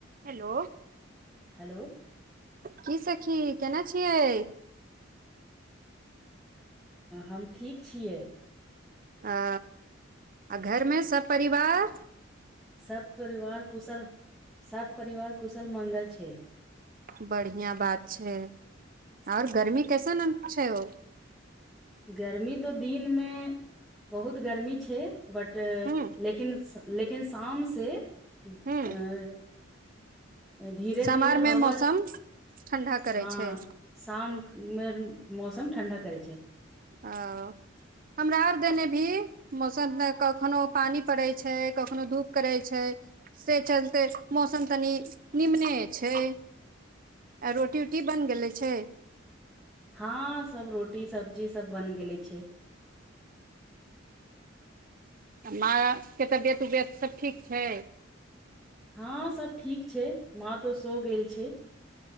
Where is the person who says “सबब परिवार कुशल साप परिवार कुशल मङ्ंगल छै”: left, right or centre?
Centre